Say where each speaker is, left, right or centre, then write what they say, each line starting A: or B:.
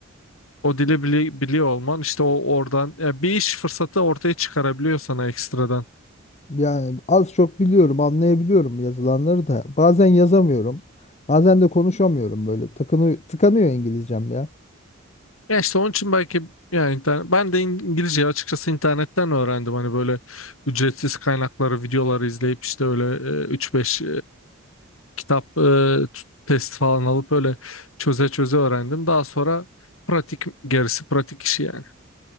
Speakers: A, on the left; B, on the left.
A: O dili bili- biliyor olman işte o oradan ya bir iş fırsatı ortaya çıkarabiliyor sana ekstradan.
B: Yani az çok biliyorum, anlayabiliyorum yazılanları da. Bazen yazamıyorum. Bazen de konuşamıyorum böyle. Takını, tıkanıyor İngilizcem ya.
A: Ya işte onun için belki yani internet, ben de İng- İngilizceyi açıkçası internetten öğrendim. Hani böyle ücretsiz kaynakları, videoları izleyip işte öyle 3-5 kitap e, t- test falan alıp öyle çöze çöze öğrendim. Daha sonra pratik gerisi pratik işi yani.